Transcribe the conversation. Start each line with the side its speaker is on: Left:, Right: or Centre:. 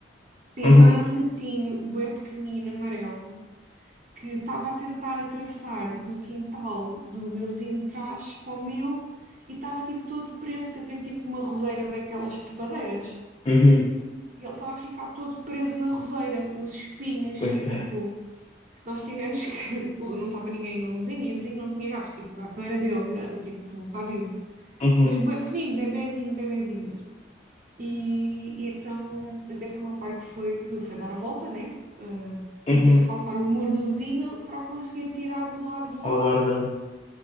Right: E então
Left: uhum,
Right: era um gatinho, bué pequenino, amarelo. que estava a tentar atravessar do quintal do meu vizinho de trás para o meu e estava tipo todo preso, porque eu tenho tipo uma roseira daquelas trepadeiras.
Left: uhum.
Right: E ele estava a ficar todo preso na roseira, nos espinhos,
Left: Coitado.
Right: e tipo, nós tivemos que. <laughs> o- Não estava ninguém no vizinho, e o vizinho não tinha gatos, tipo, o gato não era dele, era tipo vadio.
Left: Uhum.
Right: Mas bué pequenino, bebezinho, bebezinho mesmo. E, e então até foi o meu pai que foi, que foi dar a volta, né? Ah,
Left: Uhum.
Right: e teve que saltar o mordozinho para o conseguir tirar do lado de lá.
Left: Ao ar dali,